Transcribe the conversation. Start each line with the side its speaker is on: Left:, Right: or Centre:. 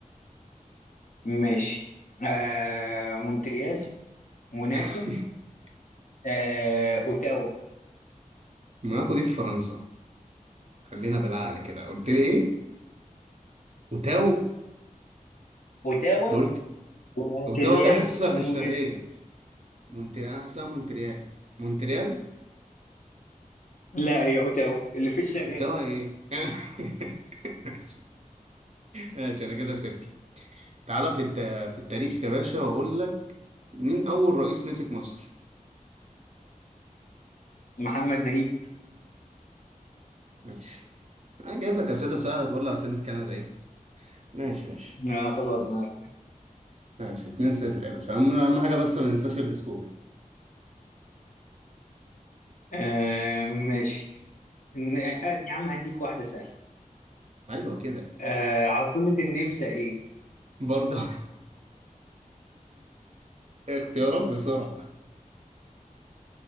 Left: ماشي آه مونتريال موناكو
Right: <laughs>
Left: آه اوتاوا
Right: موناكو دي في فرنسا خلينا بالعقل كده قلت لي ايه وتاو
Left: اوتاوا
Right: انت قلت
Left: ومونتريال
Right: وتاو ده حاسسها
Left: وموناكو
Right: في الشرقية مونتريال أنا حاسسها مونتريال مونتريال
Left: لا هي اوتاوا اللي في الشرقية
Right: وتاو ايه <laughs> ماشي ماشي أنا كده صفر تعالى في الت... في التاريخ يا باشا واقول لك مين اول رئيس مسك مصر
Left: محمد نجيب
Right: ماشي انا جايب لك اسئله سهله تقول لي على سنه كندا ايه ماشي ماشي
Left: آه خلاص
Right: سهل
Left: آه
Right: ماشي 2 0 يا باشا اهم اهم حاجه بس ما ننساش السكور
Left: آه، ماشي ن- آه، يا عم هديك واحدة سهلة
Right: ايوه كده
Left: آه عاصمة النمسا ايه
Right: برضه <laughs> اختيارات بسرعه